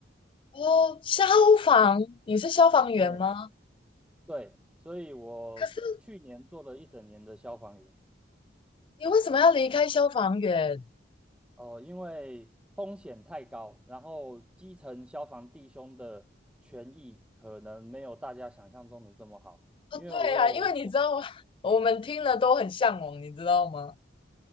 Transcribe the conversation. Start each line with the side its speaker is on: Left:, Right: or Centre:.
Left: 哦，消防，你是消防员吗？
Centre: 哎，对，所以我去年做了一整年的消防员。
Left: 可是你为什么要离开消防员？
Centre: 呃，因为风险太高，然后基层消防弟兄的权益可能没有大家想象中的这么好，
Left: 哦，
Centre: 因为我有。
Left: 对啊，因为你知道吗，<laughs> 我们听了都很向往，你知道吗？